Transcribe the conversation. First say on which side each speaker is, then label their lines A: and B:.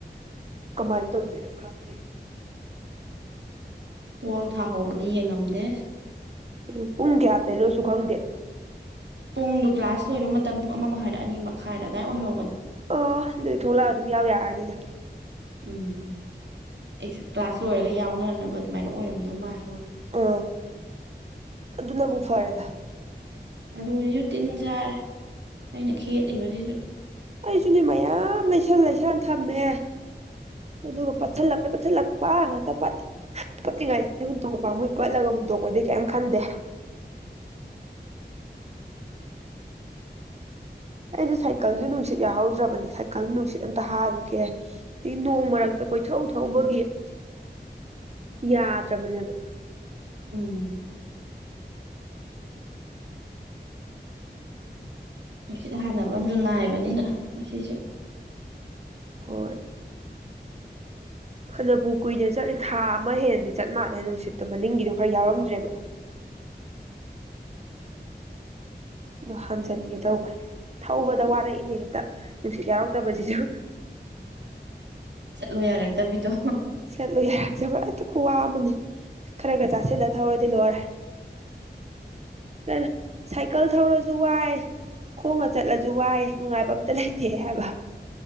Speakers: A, on the right; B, on the right.
A: ꯀꯃꯥꯏ ꯇꯧꯗꯨꯏꯅꯣ ꯈꯪꯗꯦ꯫
B: ꯍꯣꯜ ꯊꯥꯍꯧꯕꯗꯤ ꯌꯦꯡꯉꯝꯗꯦ꯫
A: ꯎꯝ ꯄꯨꯡ ꯀꯌꯥꯗꯩꯅꯣ ꯖꯨ ꯈꯪꯗꯦ꯫
B: ꯄꯨꯡꯗꯨ ꯀ꯭ꯂꯥꯁ ꯂꯣꯏꯕ ꯃꯇꯝ ꯄꯨꯡ ꯑꯃ ꯃꯈꯥꯏꯗ ꯑꯅꯤ ꯃꯈꯥꯏꯗ ꯑꯗꯥꯏ ꯑꯣꯏꯍꯧꯕꯅꯦ꯫
A: ꯑꯣ ꯑꯗꯨꯗꯤ ꯊꯣꯛꯂꯛꯑ ꯑꯗꯨꯝ ꯌꯥꯎ ꯌꯥꯔꯅꯤꯗ꯫
B: ꯎꯝ ꯑꯩꯖꯨ꯫ ꯀ꯭ꯂꯥꯁ ꯂꯣꯏꯔꯒ ꯌꯥꯎꯅꯅꯕ ꯑꯗꯨꯃꯥꯏꯅ ꯑꯣꯏꯔꯝꯗꯧ ꯃꯥꯜꯂꯤ꯫
A: ꯑ ꯑꯗꯨꯅꯕꯨ ꯐꯔꯦꯗ꯫
B: ꯑꯂꯨꯖꯤꯖꯨ ꯇꯤꯟ ꯆꯥꯔꯦ ꯑꯩꯅ ꯈꯦꯠꯂꯤꯕꯖꯤꯖꯨ꯫
A: ꯑꯩꯖꯨꯅꯦ ꯃꯌꯥꯝ ꯂꯩꯁꯜ ꯂꯩꯁꯜ ꯊꯝꯃꯦ ꯑꯗꯨꯒ ꯄꯠꯁꯜꯂꯛꯄꯩ ꯄꯠꯁꯜꯂꯛꯄ ꯉꯥꯛꯇ ꯄꯠ ꯄꯠꯇ꯭ꯔꯤꯉꯩꯗ ꯍꯨꯟꯇꯣꯛꯄ ꯄꯥꯝꯃꯨꯏ ꯄꯠꯂꯒ ꯍꯨꯟꯇꯣꯛꯄꯗꯤ ꯀꯩꯝ ꯈꯟꯗꯦ꯫ ꯑꯩꯖꯦ ꯁꯥꯏꯀꯜꯖꯦ ꯅꯨꯡꯁꯤꯠ ꯁꯤꯠ ꯌꯥꯍꯧꯗ꯭ꯔꯕꯅꯤ ꯁꯥꯏꯀꯜ ꯅꯨꯡꯁꯤꯠ ꯑꯇ ꯍꯥꯜꯂꯨꯒꯦ꯫ ꯅꯣꯡ ꯃꯔꯛꯇ ꯀꯣꯏꯊꯧ ꯊꯧꯕꯒꯤ <unintelligible> ꯌꯥꯗ꯭ꯔꯕꯅꯦꯕ
B: ꯎꯝ ꯅꯨꯡꯁꯤꯠ ꯍꯥꯟꯅꯕ ꯑꯃꯖꯨ ꯅꯥꯏꯕꯅꯤꯅ ꯃꯁꯤꯁꯨ
A: ꯍꯣꯏ ꯐꯅꯕꯨ ꯀꯨꯏꯅ ꯆꯠꯂꯤ ꯊꯥ ꯑꯃ ꯍꯦꯟꯅꯗꯤ ꯆꯠ ꯃꯥꯥꯟꯂꯦ ꯅꯨꯡꯁꯤꯠꯇ ꯃꯅꯤꯡꯒꯤꯗꯣ ꯈꯔ ꯌꯥꯎꯔꯝꯗ꯭ꯔꯦꯕ ꯑꯣ ꯍꯟꯖꯤꯟꯒꯦ ꯇꯧꯕꯅꯦ ꯊꯧꯕꯗ ꯋꯥꯔꯛꯏꯅꯦ ꯍꯦꯛꯇ ꯅꯨꯡꯁꯤꯠ ꯌꯥꯎꯔꯛꯇꯕꯁꯤꯁꯨ
B: ꯆꯠꯂꯣ ꯌꯥꯔꯛꯇꯕꯤꯗꯣ
A: ꯆꯠꯂꯨ ꯇ ꯈꯨ ꯋꯥ ꯑꯃꯅꯤ ꯈꯔ ꯆꯥꯁꯤꯜꯂ ꯊꯧꯔꯗꯤ ꯂꯣꯏꯔꯦ <unintelligible> ꯁꯥꯏꯀꯜ ꯊꯧꯔꯁꯨ ꯋꯥꯏ ꯈꯣꯡꯅ ꯆꯠꯂꯁꯨ ꯋꯥꯏ ꯅꯨꯡꯉꯥꯏꯕ ꯑꯝꯇ ꯂꯩꯇꯦ ꯍꯥꯏꯕ